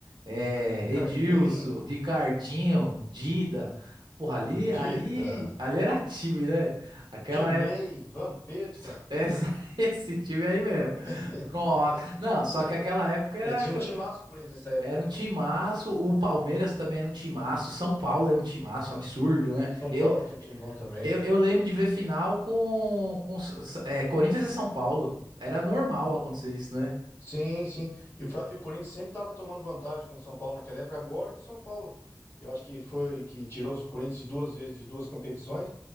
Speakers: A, on the right; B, on the left.
A: é,
B: Ricardinho,
A: Edilson, Ricardinho, Dida. Porra, ali, ali,
B: Dida,
A: ali era time, né? Aquela
B: Dinei,
A: época,
B: Vampeta.
A: <laughs> essa- esse time aí mesmo.
B: <laughs>
A: Nossa, não, só que aquela época era.
B: Mas tinha um timaço o Corinthians nessa época,
A: Era
B: né?
A: um timaço, o Palmeiras também era um timaço, São Paulo era um timaço, absurdo, né?
B: São
A: Eu,
B: Paulo tinha um time bom também.
A: eu, eu lembro de ver final com, com é, Corinthians e São Paulo. Era normal acontecer isso, né?
B: Sim, sim. E o, Fla- e o Corinthians sempre estava tomando vantagem com o São Paulo naquela época. Agora que o São Paulo, eu acho que foi que tirou o Corinthians de duas vezes, de duas competições.